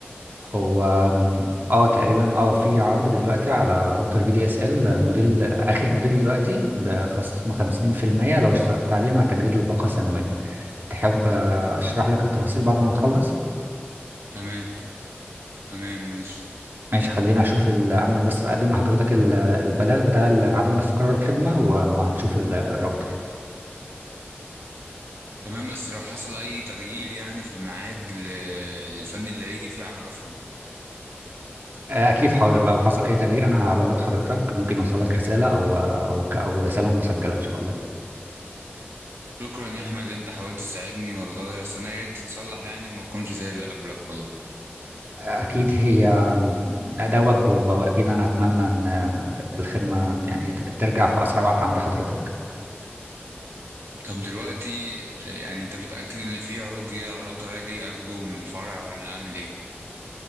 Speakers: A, on the right; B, on the right.
A: هو م، اه تقريبا اه في عرض دلوقتي على راوتر في دي اس ال موديل آخر موديل دلوقتي بخصم 50% لو اشتركت عليه مع تجديد الباقة سنوية تحب آه، أشرح لك التفاصيل بعد ما نخلص؟
B: تمام تمام ماشي
A: ماشي خليني اشوف ال- اعمل بس اقدم لحضرتك ال- البلاغ بتاع ال- عدم استقرار الخدمه و- وهنشوف ال- الراوتر
B: تمام بس لو حصل أي تغيير يعني في الميعاد ل- للفني اللي هيجي فيه عرفني
A: آه، اكيد حاضر لو حصل اي تغيير انا هبلغ حضرتك ممكن يوصلك رساله او او او رساله مسجله ان شاء الله
B: شكرا يا احمد اللي انت حاولت تساعدني والله بس انا يا ريت تتصلح يعني وما تكونش زي اللي قبلك والله
A: آه، اكيد هي ده وجدي والله واكيد انا اتمنى ان آه، الخدمه يعني ت- ترجع في اسرع وقت عند حضرتك
B: طب دلوقتي يعني انت متأكد ان في عروض جديدة على الراوتر اجي اخده من الفرع ولا اعمل ايه